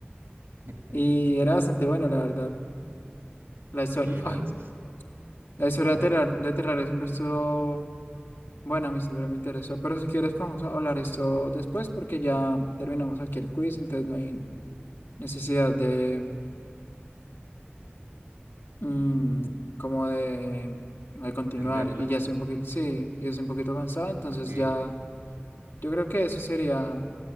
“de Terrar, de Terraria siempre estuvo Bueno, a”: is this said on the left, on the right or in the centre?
Left